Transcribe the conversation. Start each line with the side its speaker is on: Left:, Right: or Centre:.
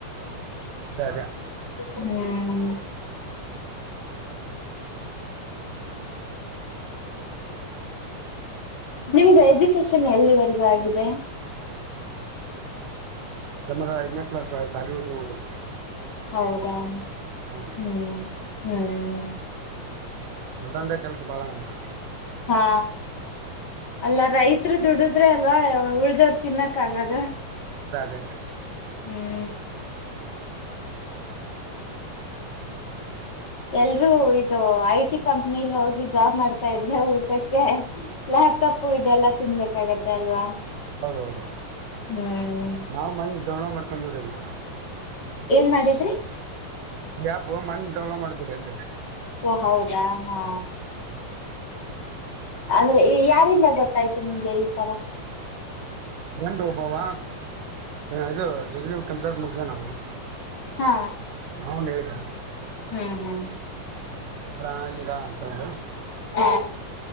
Left: ಹ್ಮು
Right: ಅದೇ ಅದೇ
Left: ಹ್ಮು. ನಿಮ್ದ ಎಜುಕೇಶನ್ ಎಲ್ಲಿವರೆಗೂ ಆಗಿದೆ.
Right: ನಮ್ಮ ಐದನೇ ಕ್ಲಾಸ್ ಶಾಲಿ <unintelligible>
Left: ಹೌದಾ ಹ್ಮು
Right: ಹೌದು
Left: ಹ್ಮು.
Right: ಹೊಲದಾನಂದ್ ಕೆಲ್ಸ ಬಾಳ ಆಗಾನ
Left: ಹಾ ಅಲ್ಲ ರೈತ್ರರು ದುಡುದ್ರೆ ಅಲ್ವಾ ಉಳ್ದವ್ರ ತಿನ್ನಕ್ ಆಗದ.
Right: ತ್ತದೆ
Left: ಹ್ಮು ಎಲ್ರೂ ಇದು ಐ-ಟಿ ಕಂಪ್ನಿಲಿ ಹೋಗಿ ಜಾಬ್ ಮಾಡ್ತಾ ಇದ್ರೆ ಊಟಕ್ಕೆ ಲಾ ಲ್ಯಾಪ್ಟಾಪ್ ಇದೆಲ್ಲ ತಿನ್ಬೇಕಾಗತ್ತೆ ಅಲ್ವಾ.
Right: ಹೌದ ಹೌದು
Left: ಹ್ಮ್
Right: ನಾವು ಮನ್ನಿ <unintelligible> ಮಾಡ್ಕೊಂಡಿವ್ರಿ ಅಲ್ಲಿ.
Left: ಏನ್ ಮಾಡಿದ್ರಿ.
Right: ಯಾಪು ಮನ್ವಲ ಮಾಡಿದ್ರ ಅನ್
Left: ಓ ಹೌದಾ ಹಾ ಅಂದ್ರೆ ಈ ಯಾರಿಂದ ಗೊತ್ತಾಯ್ತು ನಿಮ್ಗೆ ಈ ತರ
Right: ಂಡ ಒಬ್ಬವ ಇದು ಡಿಗ್ರಿ ಕಂಪ್ಲೀಟ್ ಮುಗೇನ
Left: ಹಾ
Right: ಹೌನ್ ಹೇಳಿದ
Left: ಹ್ಮ್ ಹ್ಮ್
Right: ಾ ಹಿಂಗ ಅಂತ ಒಂದು
Left: ಹಾ